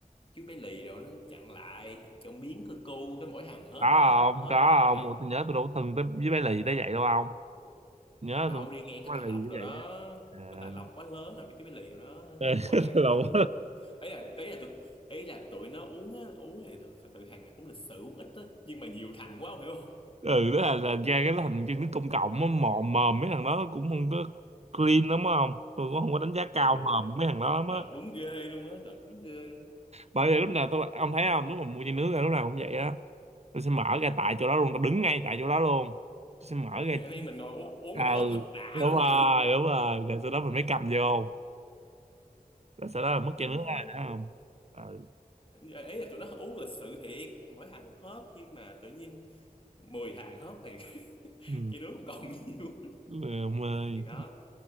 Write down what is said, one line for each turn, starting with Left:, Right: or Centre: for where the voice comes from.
Left: chú bé lì rồi nó chặn lại chọn biến cơ cu cái mỗi thằng hết
Right: có
Left: hết
Right: không
Left: hết
Right: có
Left: hết mẹ
Right: không Ủa, tôi nhớ tôi đâu có thân tới với bé lì tới vậy đâu không nhớ
Left: đâu
Right: tôi không
Left: đi ngang
Right: có
Left: cái
Right: bé
Left: Tài Lộc
Right: lì như
Left: rồi
Right: vậy
Left: đó
Right: đó. à.
Left: cái Tài Lộc quá lớn rồi mấy cái bí lì rồi đó
Right: <laughs>
Left: mỗi hàng
Right: lộn
Left: kiểu uống không, ấy là ấy là tụi ấy là tụi nó uống á uống thì thật sự hàng này cũng lịch sự uống ít á nhưng mà nhiều thằng quá không hiểu không
Right: ừ đó là, là ra cái thành chân nước công cộng á mò mòm mấy thằng đó cũng không có clean lắm á không tôi cũng không có đánh giá cao
Left: ừ
Right: mòm mấy thằng đó lắm
Left: đợt
Right: á
Left: đúng ghê luôn á đợt đúng ghê luôn á
Right: bởi vì lúc nào tôi ông thấy không lúc mà mua chai nước ra lúc nào cũng vậy đó tôi sẽ mở ra tại chỗ đó luôn tôi đứng ngay tại chỗ đó luôn tôi sẽ mở ra
Left: thì anh em mình ngồi uống, uống
Right: à,
Left: một hớp
Right: ừ
Left: thật đã
Right: đúng
Left: luôn
Right: rồi
Left: nè <laughs>
Right: đúng rồi
Left: Còn-
Right: rồi sau đó mình mới cầm vô rồi sau đó là mất
Left: chứ
Right: chai nước ra
Left: mấy-
Right: đó không ừ.
Left: ấy là tụi nó uống lịch sự thiệt mỗi thằng một hớp nhưng mà tự nhiên 10 thằng hớp thì <laughs>
Right: Ừ.
Left: chỉ đứa không còn nhiều
Right: Đúng rồi ông ơi
Left: thì đó